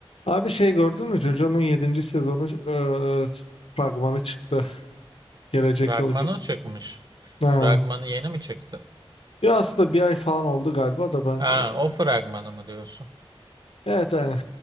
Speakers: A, on the left (about 70°); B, on the right (about 45°).
A: Abi şey gördün mü? JoJo'nun yedinci sezonu e, fragmanı çıktı. Gelecek
B: Fragmanı
A: yıl. ge-
B: çıkmış.
A: Ha.
B: Fragmanı yeni mi çıktı?
A: Ya aslında bir ay falan oldu galiba da ben
B: Ha,
A: e,
B: o fragmanı mı diyorsun?
A: evet yani